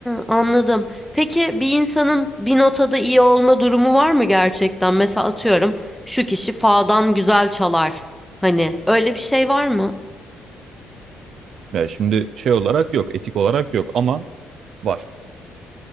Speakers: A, in the centre; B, on the right.
A: anladım. Peki bir insanın bir notada iyi olma durumu var mı gerçekten? Mesela atıyorum şu kişi fa'dan güzel çalar. Hani öyle bir şey var mı?
B: Yani şimdi şey olarak yok, etik olarak yok ama var.